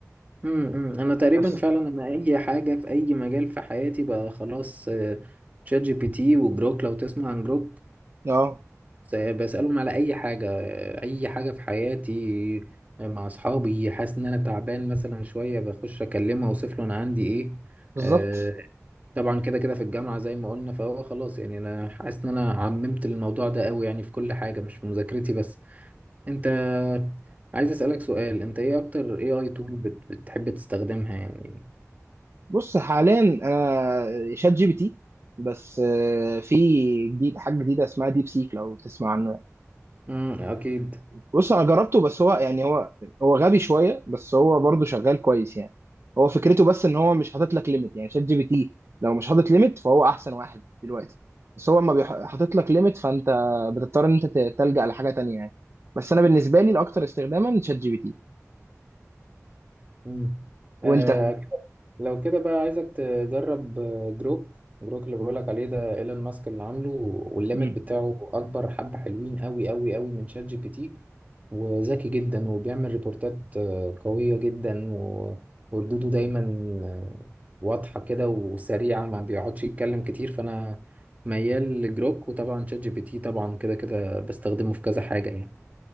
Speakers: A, on the right; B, on the right.
A: امم امم. انا تقريبا
B: بس
A: فعلا انا اي حاجه في اي مجال في حياتي بقى خلاص آه، تشات جي بي تي وجروك لو تسمع عن جروك
B: اه
A: س- بسالهم على اي حاجه آه، اي حاجه في حياتي آه، مع اصحابي حاسس ان انا تعبان مثلا شويه بخش اكلمه اوصف له انا عندي ايه
B: بالظبط
A: آه، طبعا كده كده في الجامعه زي ما قلنا فهو خلاص يعني انا حاسس ان انا عممت الموضوع ده قوي يعني في كل حاجه مش في مذاكرتي بس انت عايز اسالك سؤال انت ايه اكتر اي اي تول بتحب تستخدمها يعني
B: بص حاليا انا شات جي بي تي بس آه، في جديد حاجه جديده اسمها ديب سيك لو تسمع عنه يعني.
A: امم اكيد
B: بص انا جربته بس هو يعني هو هو غبي شويه بس هو برضه شغال كويس يعني هو فكرته بس ان هو مش حاطط لك ليميت يعني شات جي بي تي لو مش حاطط ليميت فهو احسن واحد دلوقتي بس هو ما بيح- حاطط لك ليميت فانت بتضطر ان انت ت- تلجأ لحاجه تانية يعني بس انا بالنسبه لي الاكثر استخداما شات جي بي تي
A: مم.
B: وانت
A: آه لو كده بقى عايزك تجرب آه، جروك جروك اللي بقولك عليه ده ايلون ماسك اللي عامله والليمت
B: مم.
A: بتاعه اكبر حبة حلوين قوي قوي قوي من شات جي بي تي وذكي جدا وبيعمل ريبورتات آه، قوية جدا و- وردوده دايما آه، واضحة كده وسريعة ما بيقعدش يتكلم كتير فانا ميال لجروك وطبعا شات جي بي تي طبعا كده كده بستخدمه في كذا حاجة يعني